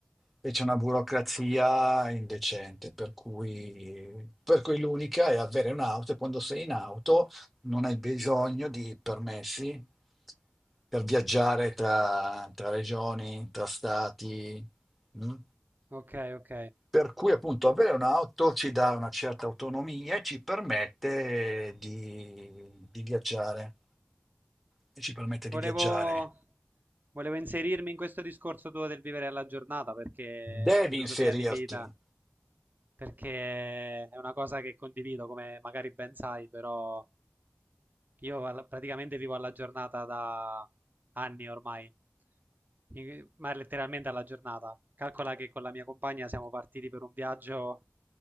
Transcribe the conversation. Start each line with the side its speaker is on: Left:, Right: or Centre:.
Centre: e c'è una burocrazia indecente, per cui, per cui l'unica è avere un'auto e quando sei in auto non hai bisogno di permessi per viaggiare tra, tra regioni, tra stati. mm?
Right: ok, ok.
Centre: Per cui appunto avere un'auto ci dà una certa autonomia e ci permette di, di viaggiare. E ci permette di
Right: Volevo,
Centre: viaggiare.
Right: volevo inserirmi in questo discorso tuo del vivere alla giornata perché
Centre: Devi
Right: è una filosofia
Centre: inserirti.
Right: di vita, perché è una cosa che condivido, come magari ben sai, però Io alla- praticamente vivo alla giornata da anni ormai, In- ma letteralmente alla giornata. Calcola che con la mia compagna siamo partiti per un viaggio